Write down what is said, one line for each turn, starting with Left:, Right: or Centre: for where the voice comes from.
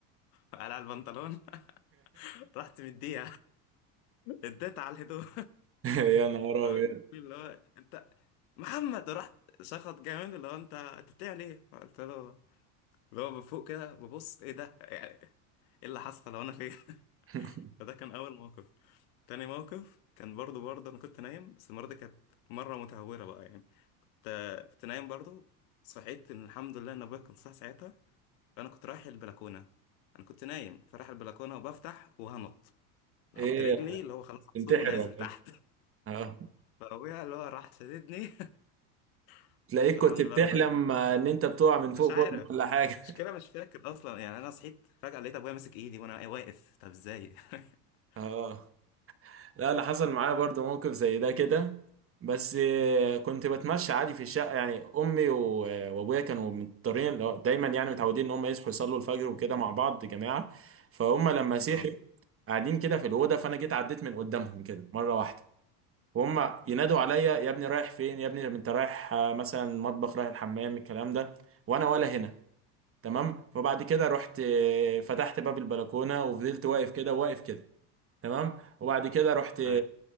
Left: قلع البنطلون <laughs> رحت مديها اديت على الهدوم
Right: يا نهار
Left: <laughs>
Right: ابيض
Left: اللي هو انت محمد رحت شخط جامد اللي هو انت أنت بتعمل ايه قلت له اللي هو بفوق كده ببص ايه ده يعني ايه اللي حصل هو انا فين <laughs>
Right: <laughs>
Left: فده كان اول موقف تاني موقف كان برضو برضو انا كنت نايم بس المره دي كانت مره متهوره بقى يعني كنت كنت نايم برضو صحيت ان الحمد لله ان ابويا كان صاحي ساعتها فانا كنت رايح البلكونه انا كنت نايم فرايح البلكونه وبفتح وهنط بحط
Right: ايه
Left: رجلي اللي هو خلاص اكسور
Right: تنتحر
Left: ونازل
Right: ولا
Left: تحت
Right: ايه؟
Left: <laughs>
Right: اه
Left: فابويا اللي هو راح شددني <laughs>
Right: تلاقيك
Left: بس الحمد
Right: كنت بتحلم
Left: لله رب بس
Right: ان انت بتقع من فوق
Left: مش عارف
Right: برج ولا حاجه
Left: المشكله مش فاكر اصلا يعني انا صحيت فجاه لقيت ابويا ماسك ايدي وانا واقف طب ازاي <laughs>
Right: <laughs> اه لا انا حصل معايا برضو موقف زي ده كده بس آه، كنت بتمشى عادي في الشقه يعني امي و- آه، وابويا كانوا مضطرين اللي هو دايما يعني متعودين ان هم يصحوا يصلوا الفجر وكده مع بعض جماعه فهم لما صحوا
Left: اه
Right: قاعدين كده في الاوضه فانا جيت عديت من قدامهم كده مره واحده وهم ينادوا عليا يا ابني رايح فين يا ابني انت رايح آه، مثلا مطبخ رايح الحمام الكلام ده وانا ولا هنا تمام فبعد كده رحت آه، فتحت باب البلكونه وفضلت واقف كده واقف كده تمام وبعد كده رحت
Left: أيوة.